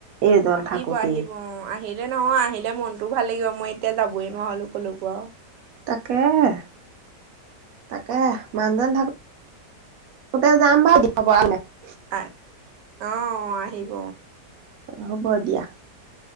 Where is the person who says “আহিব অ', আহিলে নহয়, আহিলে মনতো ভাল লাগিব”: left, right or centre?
Right